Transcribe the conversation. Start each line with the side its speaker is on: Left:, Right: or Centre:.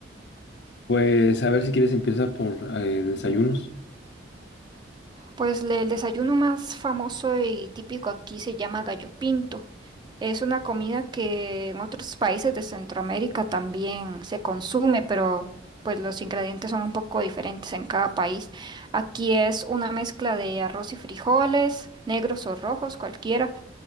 Left: Pues a ver si quieres empieza por eh, desayunos.
Right: Pues le- el desayuno más famoso y típico aquí se llama gallo pinto. Es una comida que en otros países de Centroamérica también se consume, pero pues los ingredientes son un poco diferentes en cada país. Aquí es una mezcla de arroz y frijoles, negros o rojos, cualquiera